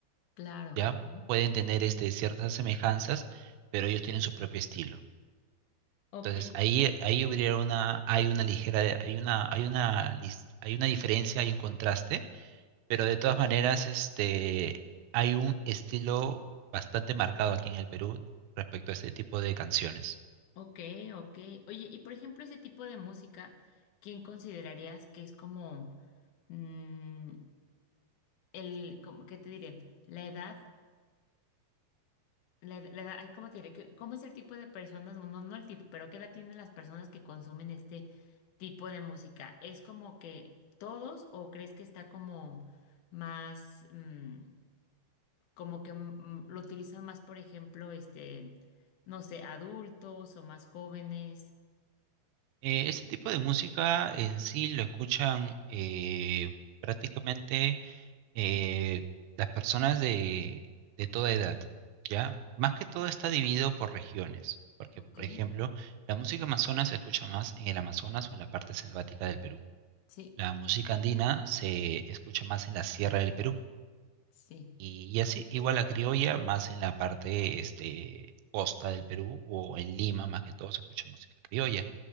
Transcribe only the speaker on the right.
¿ya?
Pueden tener este, ciertas semejanzas, pero ellos tienen su propio estilo.
Entonces, ahí, ahí hubiera una, hay una ligera, hay una, hay una, lis- hay una diferencia, hay un contraste, pero de todas maneras, este, hay un estilo bastante marcado aquí en el Perú respecto a este tipo de canciones.
Eh, este tipo de música en sí lo escuchan eh, prácticamente eh, las personas de, de toda edad, ¿ya? Más que todo está dividido por regiones, porque,
por ejemplo, la música amazona se escucha más en el Amazonas o en la parte selvática del Perú.
La música andina se escucha más en la sierra del Perú.
Y, y así, igual la criolla más en la parte este, costa del Perú o en Lima, más que todo se escucha música criolla.